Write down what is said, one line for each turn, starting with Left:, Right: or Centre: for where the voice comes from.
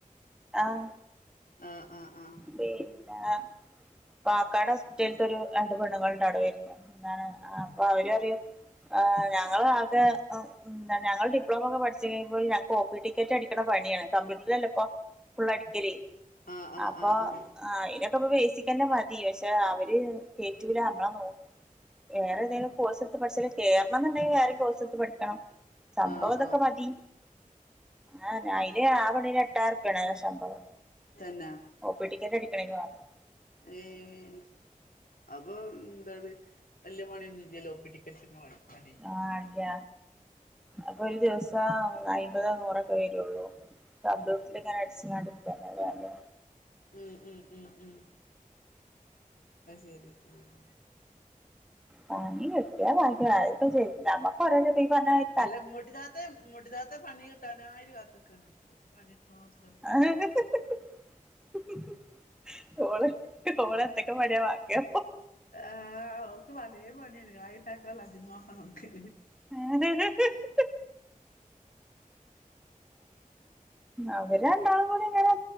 Centre: ആഹ്
Left: ആഹ് ആഹ്
Centre: പിന്നെ പാക്കാട് ഹോസ്പിറ്റൽത്തെ ഒരു രണ്ട് പെണ്ണുങ്ങൾണ്ട് അവിടെ വരണേ ഞാന് അപ്പ അവര് പറയും ആഹ് ഞങ്ങൾ ആകെ ഞങ്ങള് ഡിപ്ലോമ ഒക്കെ പഠിച്ചിണേൽ പോലും ഞങ്ങക്ക് ഒ പി ടിക്കറ്റ് അടിക്കണ പണിയാണ് കമ്പ്യൂട്ടറിൽ അല്ലേപ്പോ ഫുൾ അടിക്കൽ
Left: ആഹ് ആഹ് ആഹ്
Centre: അപ്പൊ
Left: ആഹ് ആഹ് ആഹ്
Centre: ആ അയിനൊക്കെ ഇപ്പോ ബേസിക്കന്നെ മതി പക്ഷെ അവര് കേറ്റൂല നമ്മളെ നോ വേറെ എന്തെങ്കിലും കോഴ്സ് എടുത്തു പഠിച്ചാൽ കേറണം എന്നുണ്ടെങ്കിൽ വേറെ കോഴ്സെടുത്ത് പഠിക്കണം സംഭവം
Left: ആഹ്
Centre: ഇതൊക്കെ മതി. ആഹ് അയില് ആ പെണ്ണിന് എട്ടായിറുപ്പിയാണ് ശമ്പളം.
Left: <unintelligible>
Centre: ഒ പി ടിക്കറ്റ് അടിക്കണേങ്കി മാത്രം.
Left: ഏയ് അപ്പൊ എന്താണ് വല്ല്യ പണിയൊന്നും ഇല്ലല്ലോ ഒ പി ടിക്കറ്റ് ഇടുക്കണ പണി
Centre: ആഹ് ഇല്ല്യ അപ്പൊ ഒരു ദിവസം അയ്മ്പതോ നൂറൊക്കെ വരുള്ളൂ കമ്പ്യൂട്ടറിൽ ഇങ്ങനെ അടിച്ചങ്ങാണ്ട് ഇരിക്കല്ലേ അവിടെ
Left: ഉം ഉം ഉം ഉം ആയിശേരി ആഹ്
Centre: പനി കിട്ട്യാ ഭാഗ്യം അതിപ്പോ നമ്മുക്കൊ <unintelligible>
Left: അല്ല ഇമ്മുട്ടിതാത്ത ഇമ്മുട്ടിത്താത്ത പണി കിട്ടനായിട്ട് കാത്ത്ക്കാണ് ഓൾക്ക് പണി കിട്ടണോച്ചിട്ട് നടക്കാണ്
Centre: <unintelligible>
Left: ഓള്
Centre: ഓൾ ഓളെന്തൊക്കെ പണിയ വാങ്ങ
Left: ആഹ് ഓൾക്ക് പലേ പണീണ്ട് കായി ണ്ടാക്കാൻള്ള അതിമോഹാണ് ഓൾക്ക്
Centre: <unintelligible>
Left: <inaudible>
Centre: അവര് രണ്ടാൾ കൂടിങ്ങനെ